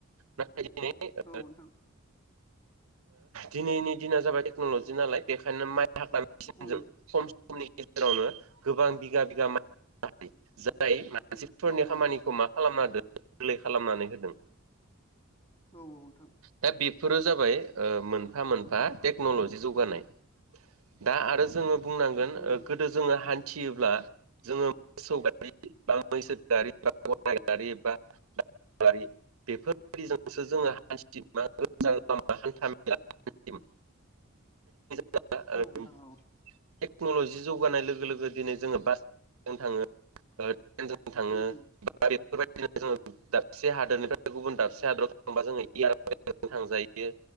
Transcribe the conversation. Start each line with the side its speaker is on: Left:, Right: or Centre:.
Right: नाथाय दिनै ओ
Left: औ नोंथां
Right: दिनैनि दिना जाबाय टेक्न'लजि नालाय बेखायनो माइ <unintelligible> मेसिनजों
Left: उम
Right: खम सम गेजेरावनो गोबां बिगा -बिगा माय गायो। मानसिफोरनि
Left: औ
Right: खामानिखौ
Left: औ औ
Right: मा खालामना गोरलै खालामनानै होदों।
Left: औ औ नोंथां।
Right: दा बेफोरो जाबाय मोनफा- मोनफा टेक्न'लजि जौगानाय दा आरो जोङो बुंनांगोन ओ
Left: उम
Right: गोदो जोङो हान्थियोब्ला जोङो मोसौ गारि बा मैसो गारि बा गाराइ गारि बा <unintelligible> गारि बेफोरबायदिजोंसो जोङो हान्थिनो मोजां लामा हान्था- मेला <unintelligible> <unintelligible> टेक्नलजि <unintelligible>
Left: औ नोंथां औ
Right: <unintelligible> लोगो जो दिनै बास जों थाङो <unintelligible>
Left: उम उम
Right: <unintelligible> दाबसे हादोरनिफ्राय गुबुन दाबसे हादराव थांबा जोङो <unintelligible> थांजायो